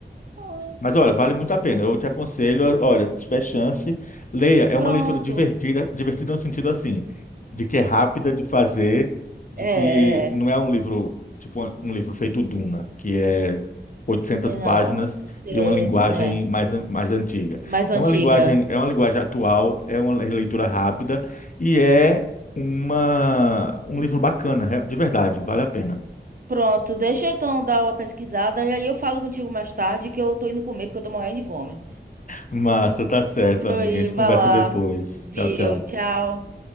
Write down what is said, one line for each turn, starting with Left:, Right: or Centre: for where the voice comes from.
Right: Hum,
Left: Mas olha, vale muito a pena. Eu te aconselho, olha, se tiver chance, leia. É
Right: Pronto.
Left: uma leitura divertida, divertida no sentido assim, de que é rápida de fazer, de
Right: É,
Left: que
Right: é,
Left: não é um livro, tipo um livro feito Duna, que é 800
Right: é,
Left: páginas
Right: não, é,
Left: e uma linguagem
Right: né?
Left: mais, an- mais antiga.
Right: Mais
Left: É
Right: antiga.
Left: uma linguagem, é uma linguagem atual, é uma leitura rápida e é uma, um livro bacana, de verdade, vale a pena.
Right: Pronto, deixa eu então dar uma pesquisada e aí eu falo contigo mais tarde que eu tô indo comer porque eu tô morrendo de fome.
Left: Massa, tá certo,
Right: Deixa
Left: amiga.
Right: eu ir,
Left: A gente conversa
Right: vai lá.
Left: depois.
Right: Viu,
Left: Tchau, tchau.
Right: tchau.